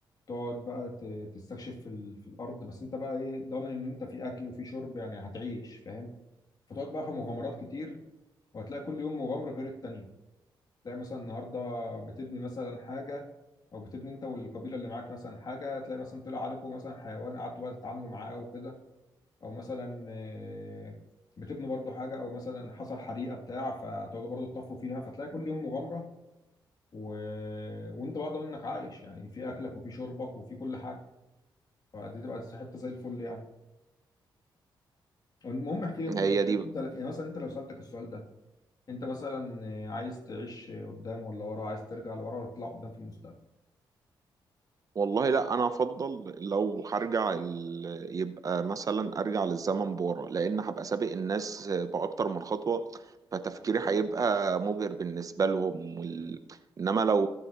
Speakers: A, on the left; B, on the right.
A: تقعد بقى ت- تستكشف في, ال... في الارض بس انت بقى ايه ضامن ان انت في اكل وفي شرب يعني هتعيش فاهم فتقعد بقى في مغامرات كتير وهتلاقي كل يوم مغامره غير التانيه تلاقي مثلا النهارده بتبني مثلا حاجه او بتبني انت والقبيله اللي معاك مثلا حاجه تلاقي مثلا طلع عليكم مثلا حيوان قعدتوا بقى تتعاملوا معاه وكده او مثلا آه، بتبنوا برضو حاجه او مثلا حصل حريقه بتاع فتقعدوا برضو تطفوا فيها فتلاقي كل يوم مغامره و... وانت بقى ضامن انك عايش يعني في اكلك وفي شربك وفي كل حاجه فدي تبقى حته زي الفل يعني المهم احكي لي انت
B: هي
A: انت
B: دي
A: انت يعني مثلا انت لو سالتك السؤال ده انت مثلا عايز تعيش قدام ولا ورا عايز ترجع لورا ولا تطلع قدام في المستقبل
B: والله لا انا افضل لو هرجع ال... يبقى مثلا ارجع للزمن بورا لان هبقى سابق الناس باكتر من خطوه فتفكيري هيبقى مبهر بالنسبه لهم وال... انما لو